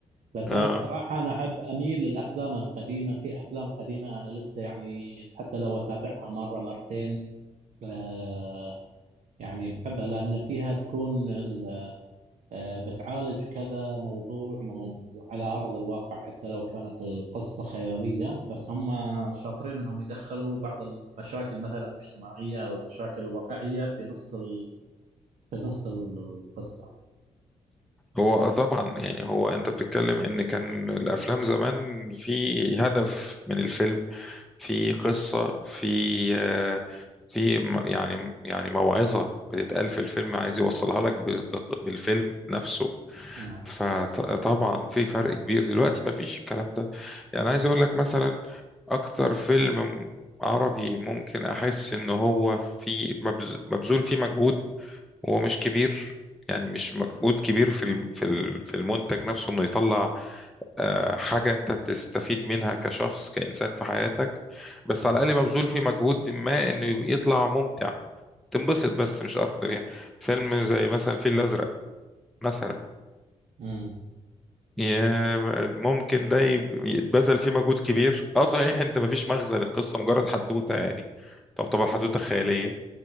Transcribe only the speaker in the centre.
اه
هو آه طبعا يعني هو انت بتتكلم ان كان الافلام زمان في هدف من الفيلم في قصة في آه، في م- يعني يعني موعظة بتتقال في الفيلم عايز يوصلها لك ب- ب- بالفيلم نفسه
فطبعا في فرق كبير دلوقتي ما فيش الكلام ده يعني عايز اقول لك مثلا اكتر فيلم عربي ممكن احس ان هو في مبذ- مبذول فيه مجهود ومش كبير يعني مش مجهود كبير في الم- في ال- في المنتج نفسه انه يطلع آه، حاجة انت تستفيد منها كشخص كإنسان في حياتك بس
على الأقل مبذول فيه مجهود ما انه يبقى يطلع ممتع تنبسط بس مش اكتر يعني فيلم زي مثلا الفيل الأزرق مثلا
يا- ممكن ده يب- يتبذل فيه مجهود كبير اه صحيح انت مفيش مغزى للقصة مجرد حدوتة يعني تعتبر حدوتة خيالية